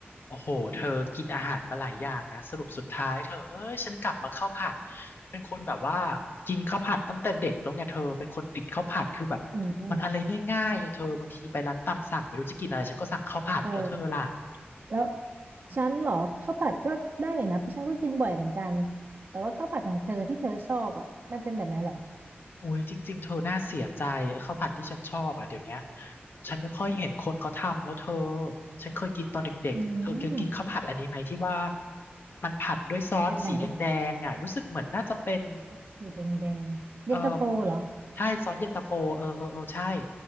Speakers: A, on the left; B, on the right.
A: โอ้โหเธอกินอาหารมาหลายอย่างนะสรุปสุดท้ายเธอเอ้ยฉันกลับมาข้าวผัดเป็นคนแบบว่ากินข้าวผัดตั้งแต่เด็กแล้วไงเธอเป็นคนติดข้าวผัดคือแบบมันอะไรง่ายๆอะเธอบางทีไปร้านตามสั่งไม่รู้จะกินอะไรฉันก็สั่งข้าวผัดแล้วเธอล่ะ
B: อืมเออแล้วฉันเหรอข้าวผัดก็ได้อยู่นะเพราะฉันก็กินบ่อยเหมือนกันแต่ว่าข้าวผัดของเธอที่เธอชอบอ่ะมันเป็นแบบไหนเหรอ
A: โอ้ยจริงๆเธอน่าเสียใจไอ้ข้าวผัดที่ฉันชอบอ่ะเดี๋ยวเนี้ยฉันไม่ค่อยเห็นคนเขาทำแล้วเธอฉันเคยกินตอนเด็กๆเธอเคยกินข้าวผัดอันนี้ไหมที่ว่า
B: อืม
A: มันผัดด้วยซอสสีแดงๆอ่ะรู้สึกเหมือนน่าจะเป็น
B: แบบไหนรสสีแดงแดงเย็นตาโฟเหรอ
A: เออใช่ซอสเย็นตาโฟเออเออเออใช่